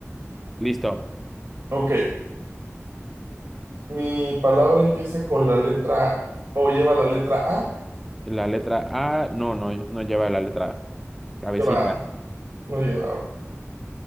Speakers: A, in the centre; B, on the right (about 60°).
A: Listo.
B: Ok, mi palabra empieza con la letra o lleva la letra A.
A: La letra A, no, no, no lleva la letra A. Cabecita.
B: Lleva, A, no lleva. A. ok.